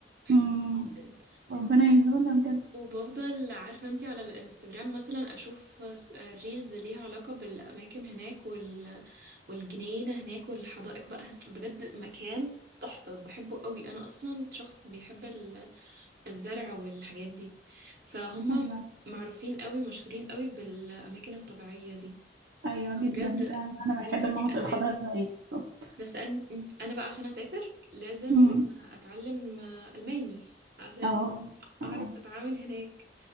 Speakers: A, on the right; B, on the right.
A: بحبها
B: امم
A: جدا
B: ربنا يرزقنا بجد
A: وبفضل عارفة أنتي على الانستجرام مثلا أشوف س- آه، ريلز ليها علاقة بالأماكن هناك وال... والجنينة هناك والحدائق بقى بجد مكان تحفة بحبه قوي أنا أصلا شخص بيحب ال- الزرع والحاجات دي فهم
B: ايوه
A: معروفين قوي مشهورين قوي بالأماكن الطبيعية دي
B: ايوه جدا
A: بجد
B: فعلا انا
A: نفسي
B: بحب المناطق
A: أسافر
B: الخضراء زيك بالظبط
A: بس أنا أنا بقى عشان أسافر لازم
B: امم
A: أتعلم آه، ألماني عشان
B: اه اه
A: أعرف أتعامل هناك